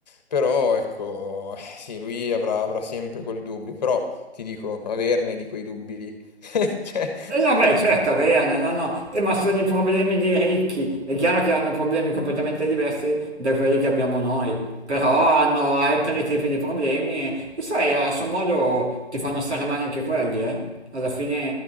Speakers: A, on the left (about 40°); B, on the right (about 80°).
A: Però ecco, eh, sì, lui avrà, avrà sempre quel dubbio, però ti dico, averne di quei dubbi lì. <laughs> Cioè,
B: E no, beh, certo, averne, no, no, no. Eh, ma sono i problemi dei ricchi. È chiaro che hanno problemi completamente diversi da quelli che abbiamo noi, però hanno altri tipi di problemi e, e sai, a suo modo ti fanno stare male anche quelli, eh. Alla fine